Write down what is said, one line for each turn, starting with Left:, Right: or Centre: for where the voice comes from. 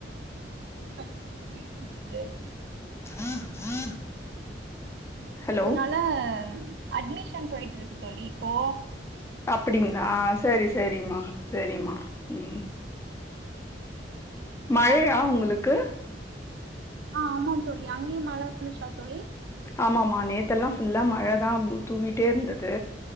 Right: இப்ப அட்மிஷன் போயிட்ருக்கு
Left: <inaudible> ஹலோ
Right: அதனால அட்மிஷன் போயிட்டு இருக்கு தோழி இப்போ
Left: அப்படிங்களா சரி சரிம்மா சரிம்மா ம் மழையா உங்களுக்கு
Right: ஆ ஆமா தோழி அங்கேயும் மழை வந்துச்சா தோழி
Left: ஆமா ஆமா நேத்து எல்லாம் ஃபுல்லா மழதான் தூவிட்டே இருந்தது